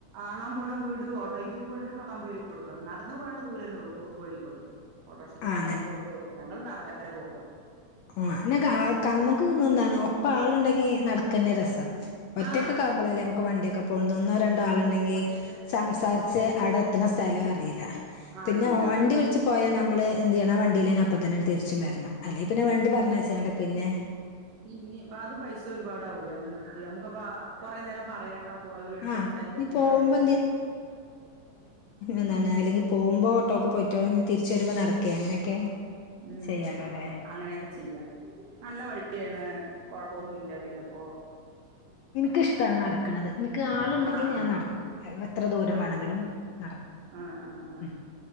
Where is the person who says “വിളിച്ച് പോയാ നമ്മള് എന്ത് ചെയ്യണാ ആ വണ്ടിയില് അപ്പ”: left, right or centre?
Left